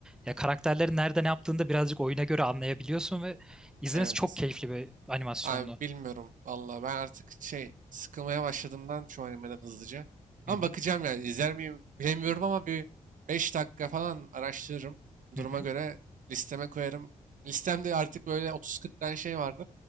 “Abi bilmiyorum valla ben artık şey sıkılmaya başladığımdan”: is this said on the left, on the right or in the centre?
Right